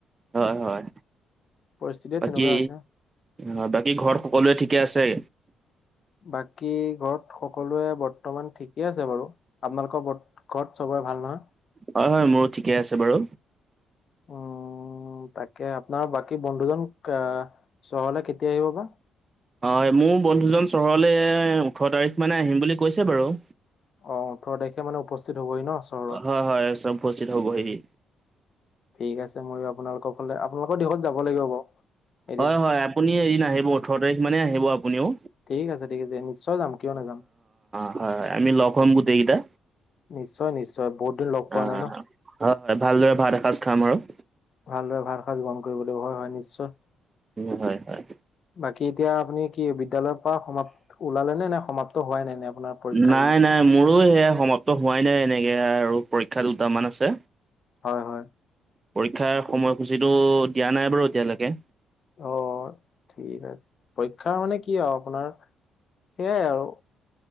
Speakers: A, on the right (about 30°); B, on the left (about 50°).
A: হয় হয়।
B: পৰিস্থিতিয়ে
A: বাকী
B: তেনেকুৱা হৈছে।
A: হয়, বাকী ঘৰত সকলোৱে ঠিকে আছে?
B: বাকী ঘৰত সকলোৱে বৰ্তমান ঠিকে আছে বাৰু আপোনালোকৰ ব- ঘৰত চবৰে ভাল নহয়?
A: হয় হয় মোৰো ঠিকে আছে বাৰু
B: উম উম তাকে আপোনাৰ বাকী বন্ধুজন আ চহৰলে কেতিয়া আহিব বা।
A: হয় মোৰ বন্ধুজন চহৰলৈ ওঠৰ তাৰিখ মানে আহিম বুলি কৈছে বাৰু।
B: অ' ওঠৰ তাৰিখে মানে উপস্থিত হবহি ন চহৰত।
A: হয় হয় চব উপস্থিত হবহি।
B: ঠিক আছে মই আপোনালোকৰ ফালে আপোনালোকৰ দিশত যাব লাগিব বাৰু। এদিন
A: হয় হয় আপুনি এদিন আহিব ওঠৰ তাৰিখ মানে আহিব আপুনিও।
B: ঠিক আছে, ঠিক আছে। এ নিশ্চয় যাম, কিয় নাযাম।
A: হয় হয়, আমি লগ হম গোটেই কেইটা।
B: নিশ্চয় নিশ্চয় বহুত দিন লগ পোৱা
A: আহ
B: নাই ন
A: হয় ভালদৰে ভাত এসাজ খাম আৰু।
B: ভালদৰে ভাত সাজ বহন কৰিব লাগিব, হয়-হয় নিশ্চয়।
A: উম, হয় হয়।
B: বাকী এতিয়া আপুনি কি বিদ্যয়ালয়ৰ পৰা সমাপ্ত ওলালে নে, নে সমাপ্ত হোৱাই নাই নে আপোনাৰ পৰীক্ষাখিনি?
A: নাই নাই মোৰো সেয়া সমাপ্ত হোৱাই নাই এনেকে আৰু পৰীক্ষা দুটামান আছে।
B: হয় হয়।
A: পৰীক্ষাৰ সময়সূচীটো দিয়া নাই বাৰু এতিয়ালৈকে।
B: অ' ঠিক আছে পৰীক্ষা মানে কি আৰু আপোনাৰ সেইয়াই আৰু।